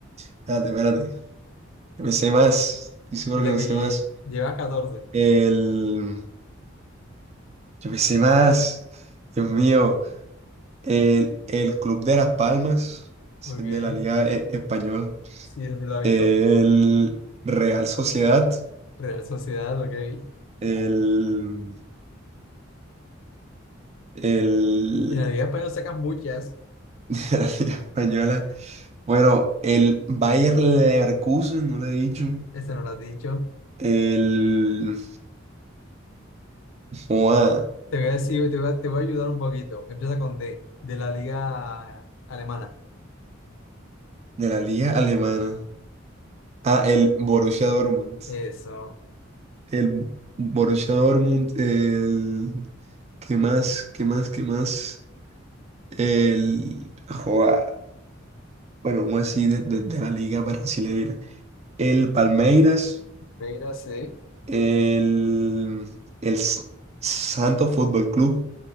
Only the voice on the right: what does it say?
espérate, espérate, que me sé más, estoy seguro
que me
sé
más,
el, yo me sé más, Dios mío, el, el Club de Las Palmas, ese
es de la Liga E- Española.
el Real Sociedad,
el, el
<laughs> la Liga Española, bueno, el Bayer Leverkusen, no lo he dicho,
el joda,
de la Liga Alemana, ah, el Borussia Dortmund,
el Borussia Dortmund, el ¿qué más? ¿Qué más? ¿Qué más? El joda, bueno, vamos a decir de, de de la Liga Brasileira, el Palmeiras.
El, el S- Santos Fútbol Club,